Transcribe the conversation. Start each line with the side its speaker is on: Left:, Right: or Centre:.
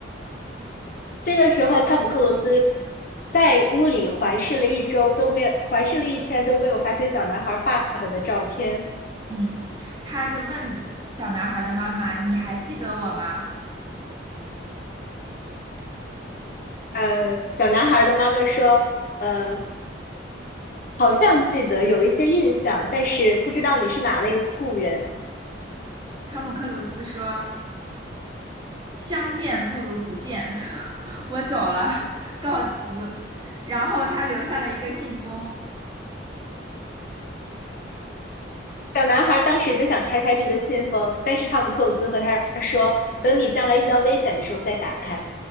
Left: 这个时候，汤姆·克鲁斯在屋里环视了一周，都没有环视了一圈，都没有发现小男孩爸爸的照片。
Right: 嗯，他就问小男孩的妈妈：“你还记得我吗？”
Left: 呃，小男孩的妈妈说：“呃，好像记得有一些印象，但是不知道你是哪类故人。”
Right: 汤姆克鲁斯说：“相见不如不见，<laughs> 我走了，告辞。然后他留下了一个信封，
Left: 小男孩当时就想拆开这个信封，但是汤姆·克鲁斯和他说：“等你将来遇到危险的时候再打开，